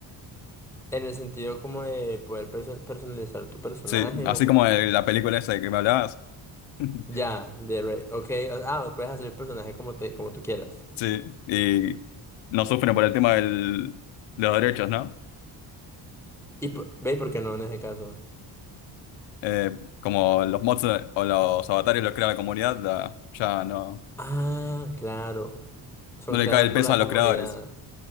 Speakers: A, in the centre; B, on the left.
A: En el sentido como de poder perso- personalizar tu personaje
B: Sí, así
A: o,
B: como el- la película esa de que me hablabas. <laughs>
A: Ya, de re- ok, o- ah, puedes hacer el personaje como te, como tú quieras.
B: Sí, y no sufren por el tema del, de los derechos, ¿no?
A: Y p- ve por qué no en ese caso.
B: Eh, como los mods o los avatares los crea la comunidad, la- ya no,
A: Ah, claro. Son
B: no le
A: creados
B: cae el
A: por
B: peso
A: la
B: a
A: comunidad.
B: los creadores.